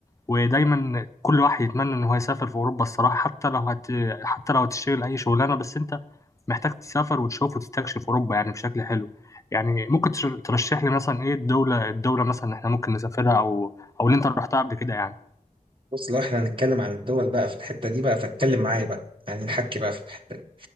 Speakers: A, on the left; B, on the right.
A: ودايما كل واحد يتمنى ان هو يسافر في اوروبا الصراحه حتى لو هت... حتى لو هتشتغل اي شغلانه بس انت محتاج تسافر وتشوف وتستكشف اوروبا يعني بشكل حلو يعني ممكن تش- ترشح لي مثلا ايه الدوله الدوله مثلا احنا ممكن نسافرها او او اللي انت رحتها قبل كده يعني
B: بص لو احنا هنتكلم عن الدول بقى في الحته دي بقى فاتكلم معايا بقى يعني نحكي بقى في الحته دي